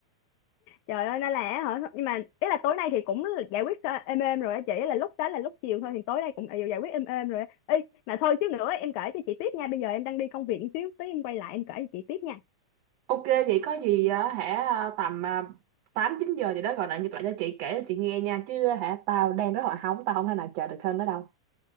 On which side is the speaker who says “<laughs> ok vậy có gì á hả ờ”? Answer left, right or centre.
Right